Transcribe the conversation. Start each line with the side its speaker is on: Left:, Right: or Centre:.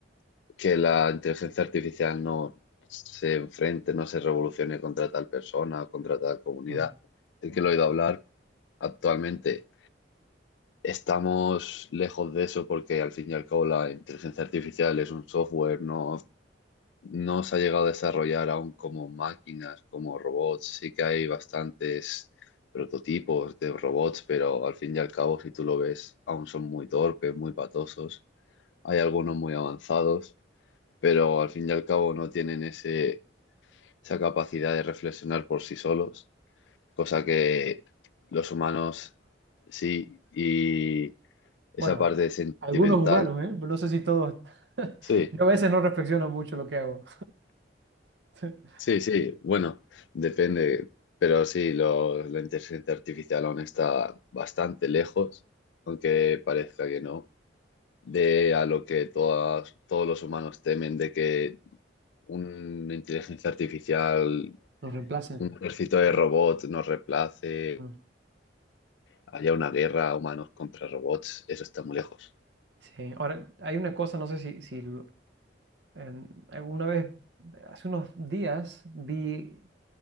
Left: que la inteligencia artificial no se enfrente, no se revolucione contra tal persona o contra tal comunidad,
Right: Mm.
Left: el que lo he oído hablar actualmente Estamos lejos de eso porque al fin y al cabo la inteligencia artificial es un software, no, no se ha llegado a desarrollar aún como máquinas, como robots. Sí que hay bastantes prototipos de robots, pero al fin y al cabo, si tú lo ves, aún son muy torpes, muy patosos. Hay algunos muy avanzados, pero al fin y al cabo no tienen ese, esa capacidad de reflexionar por sí solos, cosa que los humanos sí y esa
Right: Bueno,
Left: parte sentimental.
Right: algunos humanos, ¿eh? No sé si todos. <laughs>
Left: Sí,
Right: Yo a veces no reflexiono mucho lo que hago. <laughs>
Left: sí, sí. Bueno, depende. Pero sí, lo- la inteligencia artificial aún está bastante lejos, aunque parezca que no, de a lo que todas, todos los humanos temen, de que una inteligencia artificial,
Right: Nos reemplacen,
Left: un ejército de
Right: ¿no?
Left: robots nos reemplace,
Right: Mm.
Left: haya una guerra humanos contra robots, eso está muy lejos.
Right: Sí, ahora hay una cosa, no sé si, si lo- en- alguna vez, hace unos días, vi